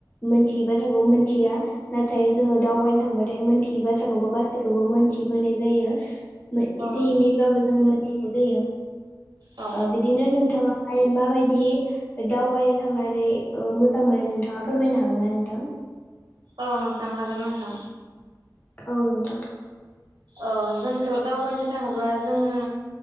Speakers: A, on the left; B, on the right.
A: मोनथियै बाथ्राखौ मोनथिया। नाथाय जोङो दावबायनो थांबाथाय मोनथियै बाथ्राखौबो गासैखौबो मोनथिबोनाय जायो।
B: औ
A: एसे
B: नोंथां
A: एनैब्लाबो जों मोनथिनाय जायो
B: औ
A: आ बिदिनो नोंथाङा <unintelligible> मा बायदि दावबायनो थांनानै मोजां मोननाय नोंथाङा फोरमायनो हागोनना नोंथां।
B: औ नोंथां हागोन नोंथां
A: औ नोंथां।
B: औ जोंथ' दावबायनो थाङोब्ला जोङो।